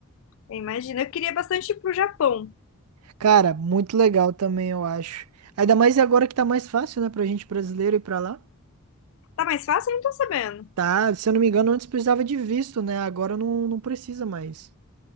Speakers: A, on the left (about 60°); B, on the right (about 80°).
A: Eu imagino. Eu queria bastante ir pro Japão.
B: Cara, muito legal também, eu acho. Ainda mais agora que tá mais fácil, né, pra gente brasileiro ir pra lá.
A: Tá mais fácil? Eu Não tô sabendo.
B: Tá, se eu não me engano, antes precisava de visto, né? Agora não, não precisa mais.